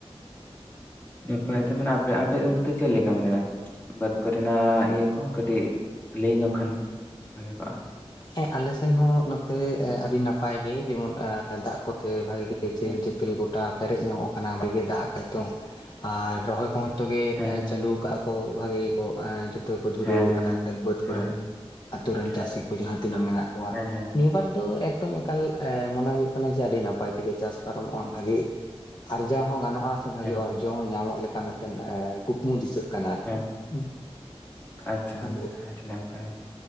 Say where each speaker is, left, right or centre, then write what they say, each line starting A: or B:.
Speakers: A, on the left; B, on the left.
A: ᱱᱟᱯᱟᱭ ᱛᱮ ᱢᱟᱱᱮ ᱟᱯᱮ ᱟᱯᱮ ᱚᱱᱛᱮ ᱪᱮᱫ ᱞᱮᱠᱟ ᱢᱟᱱᱮ ᱾ ᱵᱟᱹᱫᱽ ᱠᱚᱨᱮᱱᱟᱜ ᱤᱭᱟᱹ ᱠᱚ ᱦᱚᱸ ᱠᱟᱹᱴᱤᱡ ᱞᱟᱹᱭ ᱧᱚᱜ ᱠᱷᱟᱱ ᱵᱷᱟᱜᱮ ᱠᱚᱜᱼᱟ ᱾
B: ᱦᱮᱸ ᱟᱞᱮ ᱥᱮᱱ ᱦᱚᱸ ᱱᱚᱛᱮ ᱟᱹᱰᱤ ᱱᱟᱯᱟᱭ ᱜᱮ ᱡᱮᱢᱚᱱ ᱫᱟᱜ ᱠᱚᱛᱮ ᱵᱷᱟᱜᱤ ᱜᱮ ᱾ ᱪᱮᱦᱮᱞ
A: ᱦᱮᱸ
B: ᱪᱮᱯᱮᱞ ᱜᱚᱴᱟ ᱯᱮᱨᱮᱡ ᱧᱚᱜᱚᱜ ᱠᱟᱱᱟ ᱵᱷᱟᱜᱮ ᱫᱟᱜ ᱠᱟᱜ ᱛᱚ ᱟᱨ ᱨᱚᱦᱚᱭ ᱠᱚᱦᱚᱸ ᱾ ᱡᱚᱛᱚ ᱜᱮ
A: ᱦᱮᱸ
B: ᱮ
A: ᱦᱮᱸ
B: ᱪᱟᱹᱞᱩ ᱠᱟᱜᱼᱟ ᱠᱚ ᱵᱷᱟᱜᱮ ᱜᱮ ᱠᱚ ᱮᱸ ᱡᱚᱛ ᱾ ᱛᱚ ᱜᱮ ᱠᱚ ᱫᱷᱩᱨᱟᱹᱣ
A: ᱦᱮᱸ ᱦᱮᱸ
B: ᱟᱠᱟᱱᱟ
A: ᱦᱮᱸ
B: ᱠᱷᱮᱛ ᱵᱟᱹᱫᱽ
A: ᱦᱮᱸ
B: ᱠᱚᱨᱮᱱ
A: ᱦᱮᱸ
B: ᱟᱛᱳ ᱨᱮᱱ
A: ᱦᱮᱸ
B: ᱪᱟᱥᱤ ᱠᱚ ᱡᱟᱦᱟᱸ ᱾ ᱛᱤᱱᱟᱹᱜ ᱢᱮᱱᱟᱜ ᱠᱚᱣᱟ
A: ᱦᱮᱸ ᱦᱮᱸ
B: ᱱᱤᱭᱟᱹᱵᱟᱨ ᱫᱚ ᱮᱠᱫᱚᱢ ᱾ ᱮᱠᱟᱞ ᱮ ᱢᱚᱱᱮ ᱦᱚᱭᱳᱜ ᱠᱟᱱᱟ ᱡᱮ ᱟᱹᱰᱤ ᱱᱟᱯᱟᱭ ᱛᱮᱜᱮ ᱪᱟᱥ ᱯᱟᱨᱚᱢᱚᱜᱼᱟ ᱵᱷᱟᱜᱮ ᱟᱨᱡᱟᱣ ᱦᱚᱸ ᱜᱟᱱᱚᱜ ᱾ ᱱᱚᱣᱟ ᱥᱮ ᱵᱷᱟᱹᱜᱮ
A: ᱦᱮᱸ
B: ᱚᱨᱡᱚ ᱦᱚᱸ ᱧᱟᱢᱚᱜ ᱞᱮᱠᱟ
A: ᱦᱮᱸ
B: ᱢᱮᱫᱴᱮᱱ ᱠᱩᱠᱢᱩ ᱫᱤᱥᱟᱹᱜ ᱠᱟᱱᱟ ᱟᱨᱠᱤ
A: ᱦᱮᱸ
B: ᱾
A: ᱟᱪᱪᱷᱟ
B: ᱟᱫᱚ
A: ᱟᱪᱪᱷᱟ ᱟᱹᱰᱤ ᱱᱟᱯᱟᱭ